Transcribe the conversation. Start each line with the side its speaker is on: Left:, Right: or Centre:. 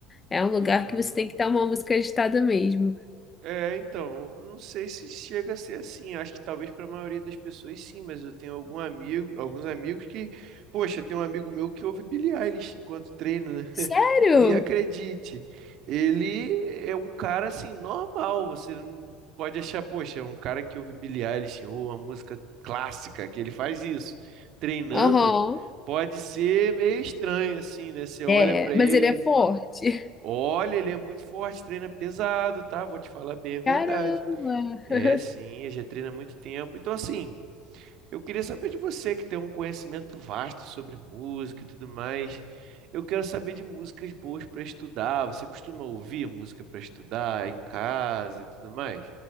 Left: é um lugar
Right: Uhum.
Left: que você tem que estar uma música agitada mesmo.
Right: É, então, não sei se chega a ser assim. Acho que talvez para a maioria das pessoas sim, mas eu tenho algum amigo, alguns amigos que, poxa, tem um amigo meu que ouve Billie Eilish enquanto treino né? <laughs>
Left: Sério?
Right: E acredite, ele é um cara assim normal, você não pode achar, poxa, um cara que ouve Billie Eilish ou uma música clássica, que ele faz isso treinando,
Left: Aham.
Right: pode ser meio estranho assim, né? Você olha
Left: É,
Right: para ele
Left: mas ele é forte.
Right: Olha, ele é muito forte, treina pesado, tá? Vou te falar bem a verdade.
Left: <laughs> Caramba!
Right: É, sim, ele já treina há muito tempo. Então, assim, eu queria saber de você, que tem um conhecimento vasto sobre música e tudo mais. Eu quero saber de músicas boas para estudar. Você costuma ouvir música para estudar em casa e tudo mais?